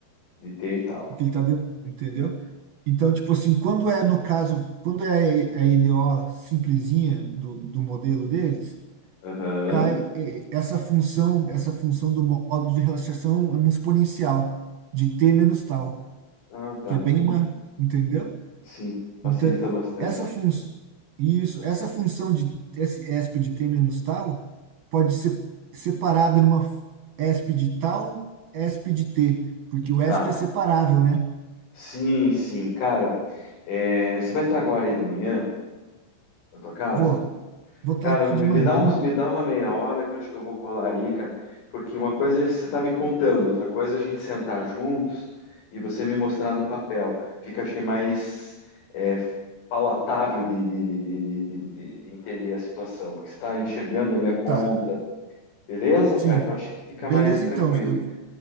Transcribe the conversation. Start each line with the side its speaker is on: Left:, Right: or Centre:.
Left: De T e tal.
Right: porque ele tá dentro, entendeu? Então, tipo assim, quando é no caso, quando é a IDO simplesinha do, do modelo deles,
Left: Aham.
Right: cai eh, essa função, essa função do modo de relaxação é um exponencial de t menos tal,
Left: Ah, tá.
Right: que é bem uma, entendeu?
Left: Sim. Facilita
Right: Então,
Left: bastante.
Right: essa função isso, essa função de esse esp de t menos tal pode ser separada numa esp de tal, esp de t, porque o esp
Left: Tá.
Right: é separável, né?
Left: Sim, sim. Cara, é, você vai estar agora aí de manhã na tua casa?
Right: Vou. Vou
Left: Cara,
Right: estar aqui
Left: me
Right: de
Left: me
Right: manhã.
Left: dá uns,
Right: aham.
Left: me dá uma meia hora que eu acho que eu vou colar aí, cara, porque uma coisa é você tá me contando, outra coisa é a gente sentar juntos e você me mostrar no papel. Fica, acho que, mais é, palatável de, de, de, de, de, de- de entender a situação, porque você tá enxergando ali a conta,
Right: Tá.
Left: beleza,
Right: Sim.
Left: cara? Que eu acho que fica
Right: Beleza,
Left: mais tranquilo.
Right: então. Eu...